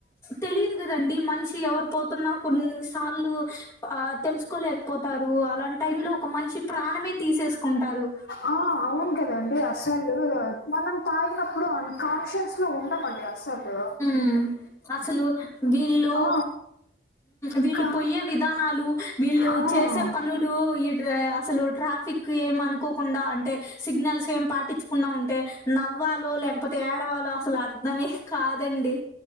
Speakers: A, on the left; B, on the left.
A: తెలిదు కదండి మనిషి ఎవరు పోతున్నా కొన్ని సార్లు ఆ తెలుసుకోలేకపోతారు అలాంటి టైం లో ఒక మనిషి ప్రాణమే తీసేసుకుంటారు
B: ఆ అవును కదండి అసలు మనం తాగినప్పుడు అన్కాన్షియన్స్ లో ఉండమండి సలు
A: ఉం అసలు విల్లు
B: ఆ
A: వీళ్ళు
B: కా
A: పోయ్యే విధానాలు వీళ్ళు
B: ఆ
A: చేసే పని పనులు ఈ డ్రా అసలు ట్రాఫిక్ ఎం అనుకోకుండా అంటే సిగ్నల్స్ ఏం పాటించు కుండా ఉంటే నవ్వాలో లేకపోతే ఏడవాలో అసలు అర్ధమే కాదండి